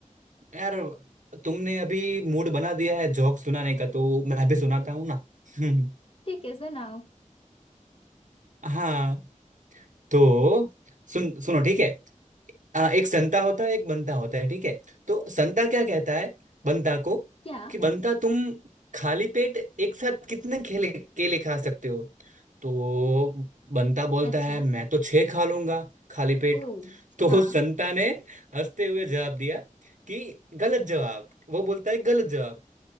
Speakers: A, on the right; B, on the left.
A: यार तुमने अभी मूड बना दिया है जोक सुनाने का तो मैं भी सुनाता हूँ ना <laughs>
B: ठीक है सुनाओ
A: हाँ तो सुन सुनो ठीक है आ, एक संता होता है एक बंता होता है ठीक है तो संता क्या कहता है बंता को
B: क्या
A: कि बंता तुम खाली पेट एक साथ कितने केले केले खा सकते हो तो बंता बोलता
B: अच्छा
A: है मैं तो छह खा लूंगा खाली पेट
B: ओ
A: <laughs> तो
B: हाँ
A: संता ने हंसते हुए जवाब दिया कि गलत जवाब वो बोलता है गलत जवाब